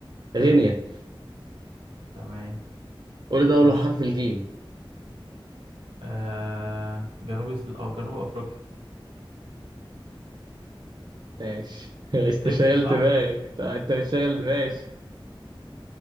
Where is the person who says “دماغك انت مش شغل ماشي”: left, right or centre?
Right